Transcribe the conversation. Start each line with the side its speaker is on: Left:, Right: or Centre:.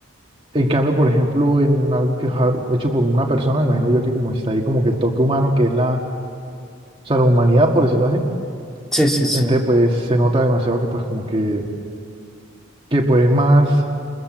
Right: En cambio, por ejemplo, en algo que es a- hecho por una persona, me imagino yo que como está ahí como que el toque humano, que es la, o sea, la humanidad, por decirlo así,
Centre: sí, sí, sí.
Right: entonces pues se nota demasiado que pues como que, que pues más,